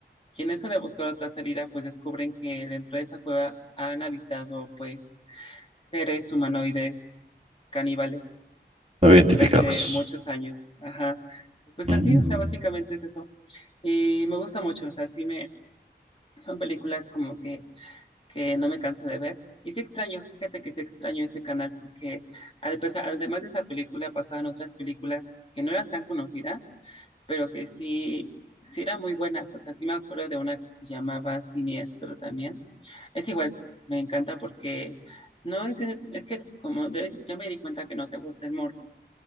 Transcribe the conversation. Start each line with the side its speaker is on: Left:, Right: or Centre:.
Left: Y en eso de buscar otra salida, pues descubren que dentro de esa cueva han habitado pues seres humanoides caníbales
Right: No identificados.
Left: durante muchos años. Ajá. Y Pues
Right: Mm.
Left: así, o sea, básicamente es eso. Y me gusta mucho, o sea, sí me, son películas como que que no me canso de ver. Y sí extraño, fíjate que sí extraño ese canal porque al- pues, además de esa película pasaban otras películas que no eran tan conocidas, pero que sí, sí eran muy buenas. O sea, sí me acuerdo de una que se llamaba Siniestro también. Es igual, me encanta porque no es, es que como de- ya me di cuenta que no te gusta el morbo,